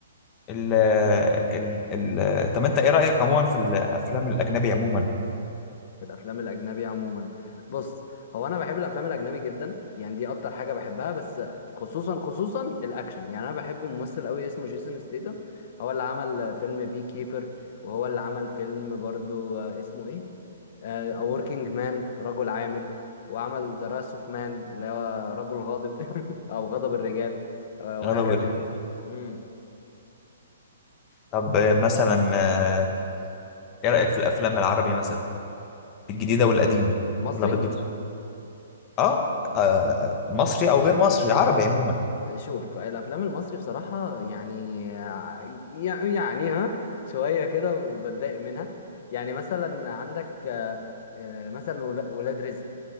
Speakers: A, on the left (about 25°); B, on the left (about 45°).
A: ال ال ال طب انت ايه رأيك عموما في الافلام الاجنبي عموما
B: في الافلام الاجنبي عموما بص هو انا بحب الافلام الاجنبي جدا يعني دي اكتر حاجه بحبها بس خصوصا خصوصا الاكشن يعني انا بحب ممثل قوي اسمه جيسون ستيتم هو اللي عمل فيلم بي كيبر وهو اللي عمل فيلم برضو آه، اسمه ايه آه، A Working Man رجل عامل وعمل The Wrath of Man اللي هو رجل غاضب <laughs> او غضب الرجال آه، وهكذا
A: غدا ورجال
B: امم
A: طب آه، مثلا آه، ايه رأيك في الافلام العربي مثلا الجديدة والقديمة
B: مصري
A: ولا بدو اه آه، مصري او غير مصري عربي عموما
B: شوف الافلام المصري بصراحه يعني يع- يعني ها شويه كده وبتضايق منها يعني مثلا عندك آه، آه، مثلا ولا- ولاد رزق